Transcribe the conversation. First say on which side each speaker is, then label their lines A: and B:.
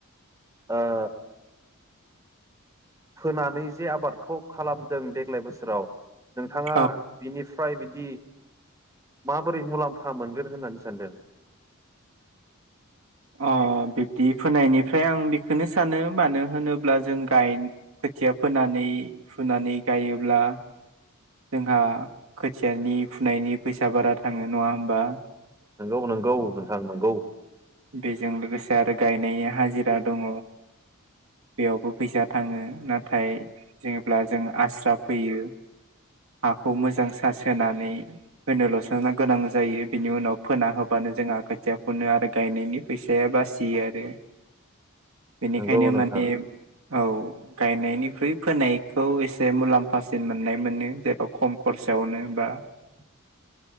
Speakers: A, on the right; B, on the right.
A: ओ फोनानै जे आबादखौ खालामदों देग्लाय बोसोराव नोंथाङा
B: औ
A: बिनि फ्राय बिदि माबोरै मुलाम्फा मोनगोन होननानै सानदों? <inaudible>
B: अह बिब्दि फोनायनिफ्राय आं बेखोनो सानो मानो होनोब्ला जों गाय खोथिया फोनानै फुनानै गायोब्ला जोंहा खोथियानि फुनायनि फैसा बारा थाङो नङा होमबा?
A: नंगौ नंगौ नोंथां नंगौ।
B: बेजों लोगोसे आरो गायनायनि हाजिरा दङ। बेयावबो फैसा थाङो नाथाय जेब्ला जों आस्रा फैयो हाखौ मोजां सासोनानै होनो ल'सो गोनां जायो बिनि उनाव फोना होबा नो जोंहा खोथिया फुनो आरो गायनायनि फैसाया बासियो आरो। बेनिखायनो
A: नंगौ नोंथां
B: माने औ। गायनायनिख्रुइ फोनायखौ एसे मुलाम्फासिन मोननाय मोनो जेथ' खम खरसायावनो बा
A: <inaudible>